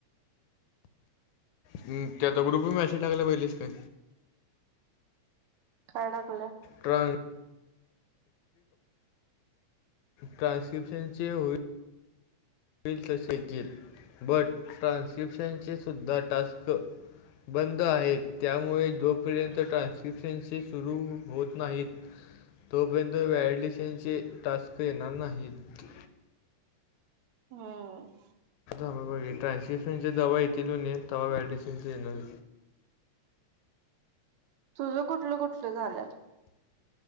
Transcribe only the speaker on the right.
काडाकला
हम
तुझं कुठलं कुठलं झाल्यात